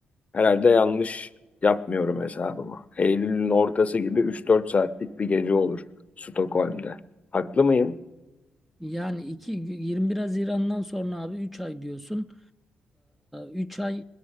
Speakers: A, on the left; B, in the centre.
A: Herhalde yanlış yapmıyorum hesabımı. Eylül'ün ortası gibi üç dört saatlik bir gece olur Stockholm'de. Haklı mıyım?
B: Yani 2 21 Haziran'dan sonra abi 3 ay diyorsun. 3 ay